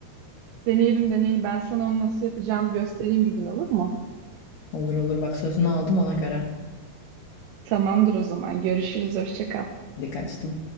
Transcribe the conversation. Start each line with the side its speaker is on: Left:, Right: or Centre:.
Right: <laughs> Deneyelim deneyelim ben sana onu nasıl yapacağını göstereyim bir gün olur mu?
Left: Olur olur bak sözünü aldım ona göre.
Right: Tamamdır o zaman görüşürüz hoşça kal.
Left: Dikkat ettim.